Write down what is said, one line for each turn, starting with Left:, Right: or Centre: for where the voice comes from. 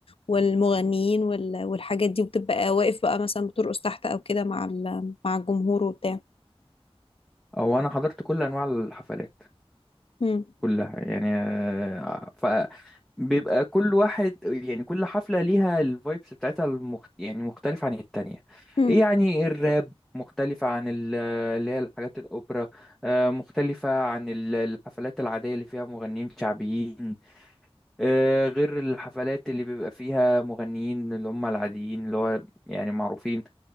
Left: والمغنيين وال... والحاجات دي وبتبقى واقف بقى مثلا بترقص تحت أو كده مع ال... مع الجمهور وبتاع
Centre: او انا حضرت كل انواع الحفلات
Left: هم
Centre: كلها يعني آه، ف بيبقى كل واحد يعني كل حفله ليها الفايبس بتاعتها المخت... يعني مختلفه عن التانية
Left: هم
Centre: إيه يعني الراب مختلفة عن ال- اللي هي الحاجات الأوبرا آه، مختلفة عن ال- الحفلات العادية اللي فيها مغنيين شعبيين آه، غير الحفلات اللي بيبقى فيها مغنيين اللي هم العاديين اللي هو يعني معروفين